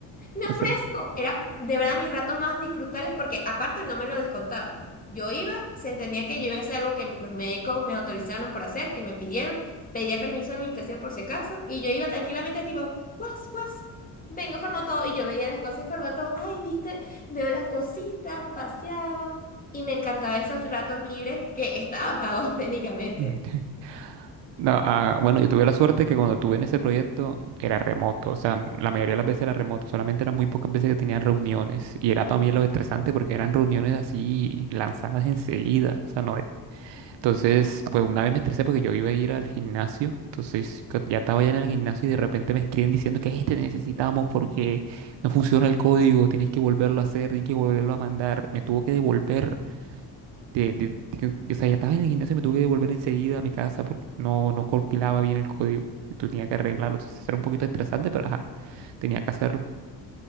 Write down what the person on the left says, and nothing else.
Me ofrezco.
Era de verdad mis ratos más disfrutables porque aparte no me lo descontaban. Yo iba, se entendía que yo iba a hacer algo que los médicos me autorizaron por hacer, que me pidieron, pedía permiso de administración por si acaso, y yo iba tranquilamente tipo, guas, guas, vengo todo y yo veía las cosas en todo ay, viste, veo las cositas, paseaba, y me encantaba esos ratos libres que estaban pagos <laughs> técnicamente.